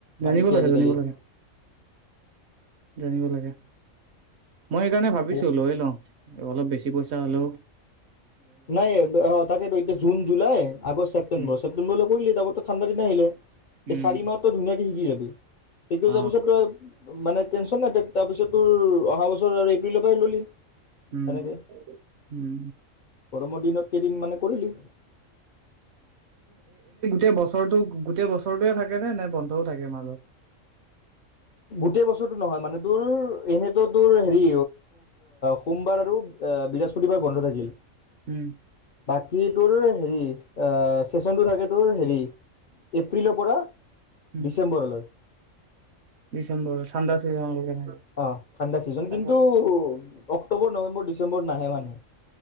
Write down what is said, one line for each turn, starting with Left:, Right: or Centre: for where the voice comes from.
Right: জানিব
Left: পানীতে
Right: লাগে,
Left: আজি
Right: জানিব
Left: কলি।
Right: লাগে, জানিব লাগে। মই এই কাৰণে ভাবিছো
Left: বহুত
Right: লৈ লওঁ অলপ বেছি পইছা হেঁলৌ,
Left: নাই অ, তাকেতু এতিয়া June, July, August, September,
Right: um,
Left: ছেপ্তেম্বৰলৈ কৰি আঁছো। মোৰ তু ঠাণ্ডা দিন আহিলে।
Right: উম,
Left: এই চাৰি মাহত তই ধুনীয়াক শিকি যাবি, শিকি
Right: অ',
Left: যোৱাৰ পিছত তই, মানে টেনচণ নাই তাৰপিছত তোৰ অহা বছৰ আৰু এপ্ৰিলৰ পৰা ল'লি
Right: উম,
Left: তেনেকে
Right: উম,
Left: গৰমৰ দিনত কেইদিন মানে কৰিলি?
Right: বছৰৰতো গোটেই বছৰ ওচৰতে থাকে নে বন্ধও থাকে মাজত।
Left: গোটেই বছৰটো নহয় মানে তোমাৰ এনে। তোমাৰ হেৰি। সোমবাৰ আৰু বৃহস্পতিবাৰ। বন্ধ থাকিল।
Right: উম,
Left: বাকী তোৰ হেৰি আহ। সেচনটো থাকে তোৰ হেৰি এপ্ৰিলৰ পৰা।
Right: উম,
Left: ডিচেম্বৰলৈ।
Right: ডিচেম্বৰ। ঠাণ্ডা চিজনলৈকে থাকে।
Left: অ' ঠাণ্ডা ছিজন
Right: তাকেতো,
Left: কিন্তু অক্টোবৰ। নৱেম্বৰ ডিচেম্বৰত নাহে মানুহ।